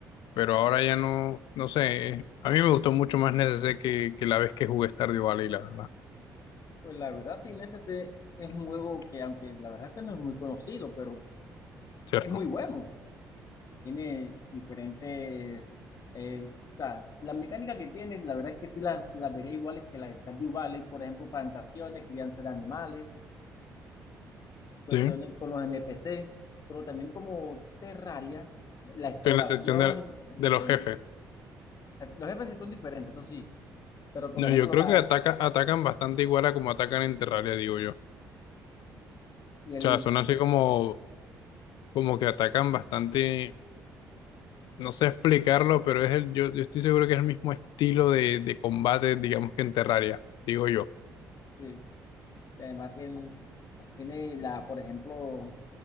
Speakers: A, on the left; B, on the left.
A: Pero ahora ya no, no sé, a mí me gustó mucho más NSC que, que la vez que jugué Stardew Valley, la verdad,
B: Pues la verdad, sí, Inés, ese se- es un juego que, aunque la verdad que no es muy conocido, pero
A: ¿cierto?
B: es muy bueno. Tiene diferentes, eh, o sea, las mecánicas que tiene, la verdad es que sí las, las vería iguales que las de Stardew Valley, por ejemplo, plantaciones, crianza de animales, cuestiones
A: Sí. Estoy
B: con los N P C pero también como Terraria, la exploración,
A: en la sección de,
B: diferente.
A: de los jefes.
B: Los jefes sí son diferentes, eso sí, pero por
A: No,
B: ejemplo,
A: yo creo
B: la,
A: que ataca, atacan bastante igual a como atacan en Terraria, digo yo. O
B: y el,
A: sea, son así como, como que atacan bastante no sé explicarlo, pero es el, yo, yo estoy seguro que es el mismo estilo de, de combate, digamos que en Terraria, digo yo.
B: sí, Y además tiene, tiene la, por ejemplo,